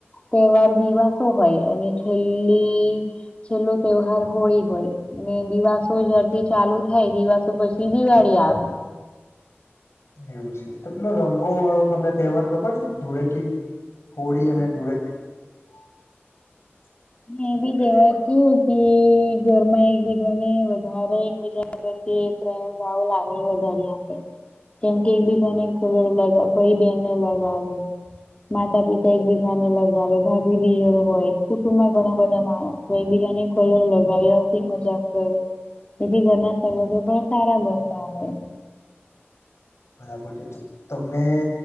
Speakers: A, on the left (about 25°); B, on the left (about 85°).
A: તહેવાર દિવાસો હોય અને છેલ્લી છેલ્લો તહેવાર હોળી હોય અને દિવાસો જ્યારથી ચાલુ થાય દિવાસો પછી દિવાળી આવે
B: એવું છે તો પેલો રંગો વાળો તમને તહેવાર ખબર છે ધૂળેટી હોળી
A: હા.
B: અને ધૂળેથી <inaudible>
A: મે બી
B: ધૂળેટી
A: દેવા કેવું ઘરમાં એકબીજા ને વધારે એકબીજા એટલે કે પ્રેમભાવ લાગણી વધારી આવેે. કેમ કે એકબીજાને કલર લગાવ ભાઈ બેનને લગાવે. માતા પિતા એકબીજા ને લગાવે ભાભી દિયર હોય કુટુંબમાં ઘણા બધા માણસ હોય બિરની કલર લગાવ્યાથી મજાક કરે. તેથી ઘરના સંબંધો પણ સારા બનતા હોય.
B: બરાબર છે. તો તમને